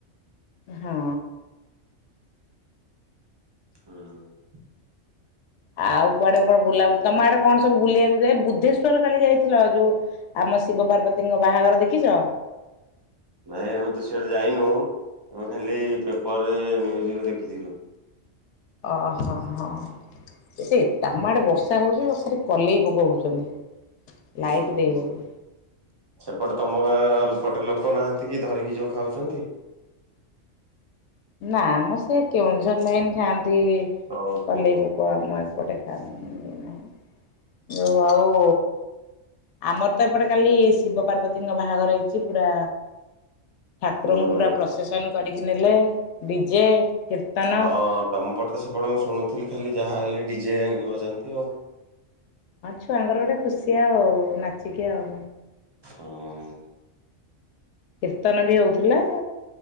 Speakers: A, on the left; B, on the right.
A: ହଁ
B: ହୁଁ ଉ
A: ଆଉ କୁଆଡେ କଣ ବୁଲାବୁଲି ତମ ଆଡେ କଣ ସବୁ ବୁଲିବାକୁ ଯା ବୁଦ୍ଧେଶ୍ୱର୍ କାଲି ଯାଇଥିଲ ଯୋଉ ଆମ ଶିବ ପାର୍ବତୀଙ୍କ ବାହାଘର ଦେଖିଛ?
B: ନାଇ ଆମେ ତ ସିଆଡେ ଯାଇନୁ ଆମେ ଖାଲି ପେପରରେ ନ୍ୟୁଜରେ ଦେଖିଥିଲୁ।
A: ଅ ହ ହଁ। ଏ ସେ ତାମ ଆଡ଼େ ବର୍ଷା ହେଉଛି ଖାଲି କଲେଇ ପୋକ ଉଡ଼ୁଛନ୍ତି ଲାଇଟ୍
B: ଓହୋ
A: ଦେଇହଉନି।
B: ସେପଟେ ତୁମ ଗାଁ ପଟେ ଲୋକ ନାହାନ୍ତି କି ଧରିକି ଯୋଉ ଖାଉଛନ୍ତି।
A: ନା ମ ସେ କେଉଁଝର ଲାଇନ ଖାଆନ୍ତି
B: ଓହୋ
A: କଲେଇପୋ। କ ମ ଏପ ଦେଖା ନାହିଁ ଯଉ ଆଉ ଆମର ତ ଏପଟେ କାଲି ଶିବ ପାର୍ବତୀଙ୍କ ବାହାଘର ହେଇଛି ପୁରା ଠାକୁରଙ୍କୁ
B: ହୁଁ ହୁଁ
A: ପୁରା ପ୍ରସେସନ କରିକି ନେଲେ ଡିଜେ କୀର୍ତ୍ତନ
B: ହଁ ତମ ପଟେ ତ ସେପଟେ ମୁଁ ଶୁଣୁଥିଲି ଖାଲି ଯାହା ହେଲେ ଡିଜେ ଆଣିକି ବଜାନ୍ତି ଆଉ
A: ହଁ ଛୁଆଙ୍କର ଗୋଟେ ଖୁସି ଆଉ ନାଚିକି ଆଉ
B: ହୁଁ।
A: କୀର୍ତ୍ତନ ବି ହଉଥିଲା।